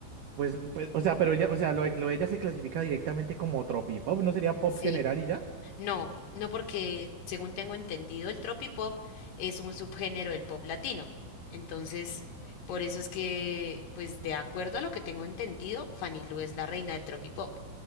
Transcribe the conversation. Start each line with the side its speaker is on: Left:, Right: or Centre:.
Right: Pues, pues, o sea, pero ella, o sea, lo, de- lo de ella se clasifica directamente como tropipop, ¿no sería pop
Left: Sí.
Right: general y ya?
Left: No, no porque, según tengo entendido, el tropipop es un subgénero del pop latino. Entonces, por eso es que, pues de acuerdo a lo que tengo entendido, Fanny Lu es la reina del tropipop,